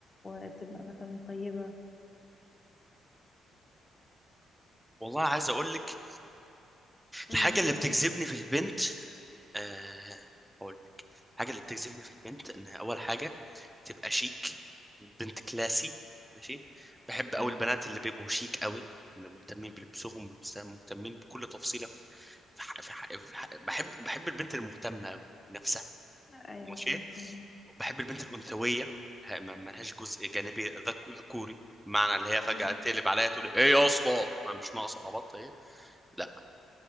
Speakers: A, on the left; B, in the centre.
A: وتبقى مثلا طيبه
B: والله عايز اقول لك
A: امم
B: الحاجه اللي بتجذبني
A: قول
B: في البنت آه، اقول الحاجه اللي بتجذبني في البنت انها اول حاجه تبقى شيك بنت كلاسي ماشي بحب
A: حلو
B: قوي البنات اللي بيبقوا شيك قوي مهتمين بلبسهم مهتمين بكل تفصيلة في في ح... في ح... في ح... بحب بحب البنت المهتمة قوي بنفسها
A: ايوه
B: ماشي
A: ايوه فهمت
B: بحب البنت الأنثوية ه- ما ما لهاش جزء جانبي ذك- ذكوري معنى اللي هي فجأة
A: أمم.
B: تقلب عليا تقول ايه يا اسطى ما مش ناقصة عبط هي لا